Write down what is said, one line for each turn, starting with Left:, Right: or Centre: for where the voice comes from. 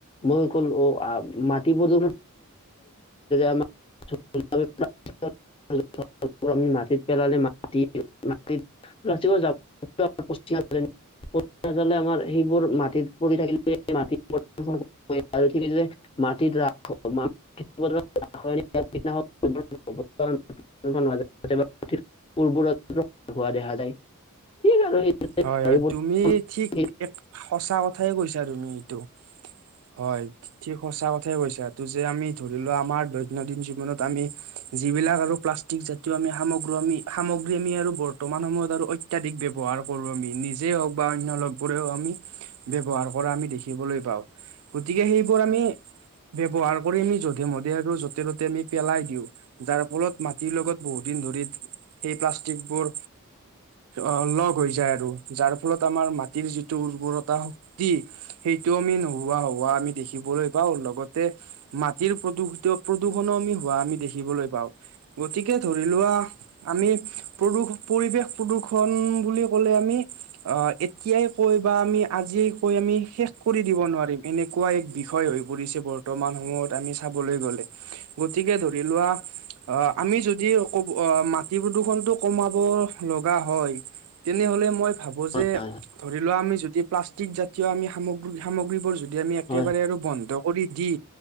Left: মই ক'লো, অ', মাটি প্ৰদূষণ আমাৰ। <unintelligible> <unintelligible> আমি মাটিত পেলালে মা <unintelligible> আচলতে আমাৰ সেইবোৰ মাটিত পৰি থাকিলে মাটিত <unintelligible> আৰু এইখিনি যে। <unintelligible> <unintelligible> <unintelligible> হোৱা দেখা যায়, ঠিক আৰু।
Right: হয়, হয়,
Left: বায়ু
Right: তুমি ঠিক
Left: প্ৰদূষণ
Right: এক সঁচা কথাই কৈছা তুমি এইটো। হয় ঠিক সঁচা কথাই কৈছা, তটো যে আমি ধৰি লোৱা আমাৰ দৈনন্দিন জীৱনত আমি যিবিলাক আৰু প্লাষ্টিক জাতীয় আমি সামগ্ৰ আমি, সামগ্ৰী আমি আৰু বৰ্তমান সময়ত আৰু অত্যাধিক ব্যয়ৱহাৰ কৰো আমি, নিজেই হওক বা অন্য লগবোৰেও আমি ব্যৱহাৰ কৰা আমি দেখিবলৈ পাওঁ, গতিকে সেইবোৰ আমি ব্যৱহাৰ কৰি আমি যধে মধে আৰু য'তে ত'তে আমি পেলাই দিওঁ। যাৰ ফলত, মাটিৰ লগত বহুত দিন ধৰি সেই প্লাষ্টিক বোৰ অলপ হৈ যায় আৰু, যাৰফলত আমাৰ মাটিৰ যিটো উৰ্বৰতা শক্তি সেইটো আমি নোহোৱা হোৱা আমি দেখিবলৈ পাওঁ, লগতে মাটিৰ প্ৰদূষিত প্ৰদূষণো আমি হোৱা আমি দেখিবলৈ পাওঁ। গতিকে ধৰি লোৱা আমি, প্ৰদূষ পৰিৱেশ প্ৰদূষণ বুলি ক'লে আমি, অ', এতিয়াই কৈ বা আমি আজিয়েই কৈ আমি শেষ কৰি দিব নোৱাৰিম, এনেকুৱা এক বিষয় হৈ পৰিছে, বৰ্তমান সময়ত আমি চাবলৈ গ'লে। গতিকে, ধৰি লোৱা অ', আমি যদি ক'ব, অ', মাটি প্ৰদূষণ টো কমাব লগা হয় তেনেহলে মই ভাবো
Left: হয়
Right: যে, ধৰি লোৱা আমি যদি প্লাষ্টিক জাতীয় আমি সামগ্ৰী সামগ্ৰীবোৰ য যদি আমি একেবাৰে
Left: হয়
Right: আৰু বন্ধ কৰি দি,